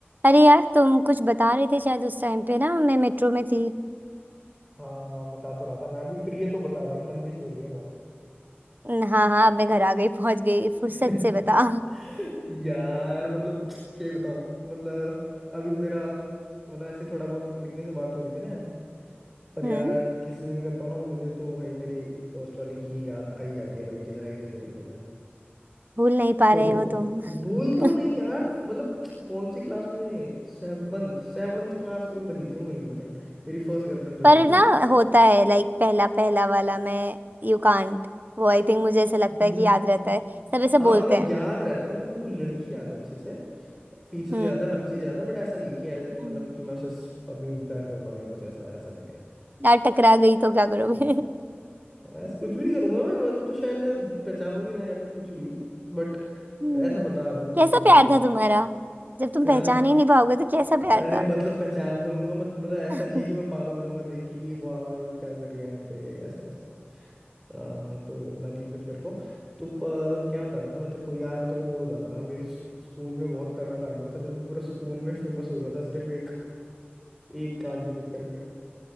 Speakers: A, on the right; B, in the centre.
A: अरे यार तुम कुछ बता रहे थे शायद उस टाइम पे ना मैं मेट्रो में थी
B: हाँ बता तो रहा था मैं अभी फ्री है तो बता भाई लंबी स्टोरी है बहुत
A: न- हाँ हाँ अब मैं घर आ गई पहुंच गई फुर्सत
B: <laughs>
A: से बता
B: यार मतलब क्या ही बताऊं मतलब अभी तो मेरा मतलब ऐसे थोड़ा बहुत लड़कियों से बात हो रही थी ना पर
A: हम्म
B: यार अब किसी से भी करता हूँ ना तो मुझे तो भाई मेरी फर्स्ट वाली की याद आ ही जाती है भाई किसी ना किसी तरीके से
A: भूल नहीं पा
B: तो
A: रहे हो तुम <laughs>
B: भूल तो नहीं यार मतलब कौन सी क्लास में सेवन्थ सेवन्थ क्लास में बनी थी वो मेरी गर्लफ्रेंड मेरी फर्स्ट गर्लफ्रेंड जो
A: पर
B: बनी
A: ना
B: थी
A: होता है लाइक पहला पहला वाला मैं यू कांट वो आई थिंक मुझे ऐसा लगता है
B: न-
A: कि याद रहता है सब ऐसे
B: हाँ
A: बोलते
B: मतलब
A: हैं
B: याद रहता है मतलब मेरे को लड़की याद है अच्छे से फीचर्स
A: हम्म
B: याद है हर चीज याद है बट ऐसा नहीं कि ऐ- मतलब
A: हम्म।
B: कि मैं उसे अभी भी प्यार करता हूँ या कुछ ऐसा ऐसा नहीं है
A: यार टकरा गई तो क्या करोगे
B: अ,
A: <laughs>
B: ऐसा कुछ भी नहीं करूंगा मैं अब तो शायद मैं पहचानू भी ना या फिर कुछ भी बट
A: हम्म
B: ऐसा बता रहा हूँ कि
A: कैसा
B: मतलब मैं
A: प्यार
B: जा,
A: था तुम्हारा जब तुम
B: प्यार
A: पहचान ही नहीं पाओगे तो कैसा प्यार
B: अरे
A: था
B: मतलब पहचान तो लूंगा मत, मतलब ऐसा
A: <laughs>
B: नहीं है कि मैं पागल हो जाऊंगा देख के कि वाह ये क्या कर रही है यहाँ पे ऐसा ऐसा आ, तो इतना नहीं है कुछ मेरे को तो आ, क्या बता रहा था मैं तेरे को यार मैं तेरे को वो बता रहा था मेरी स्कूल में बहुत तगड़ा कांड हुआ था जब मैं पूरा स्कूल में फेमस हो गया था सिर्फ एक एक कांड के चक्कर में